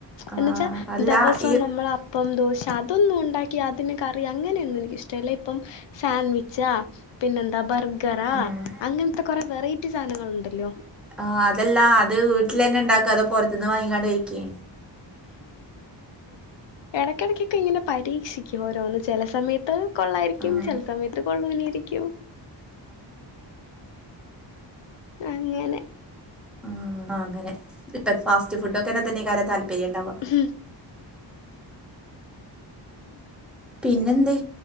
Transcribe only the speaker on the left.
എന്ന വെച്ചാൽ
ദിവസം
നമ്മൾ പ്പം ദോശ അതൊന്നും ഉണ്ടാക്കി അതിന് കറി അങ്ങനെയൊന്നും എനിക്കിഷ്ടല്ല ഇപ്പം സാൻഡ്വിച്ച് ച്ച പിന്നെന്താ ബർഗറാ
അങ്ങനത്തെ കൊറെ വെറൈറ്റി സാധനങ്ങൾ ഉണ്ടല്ലോ
ഇടക്കിടക്കൊക്കെ ഇങ്ങനെ പരീക്ഷിക്കും ഓരോന്ന് ചില സമയത്ത് കൊള്ളായിരിക്കും
ചില സമയത്ത് കൊള്ളൂലായിരിക്കും അങ്ങനെ
ഹും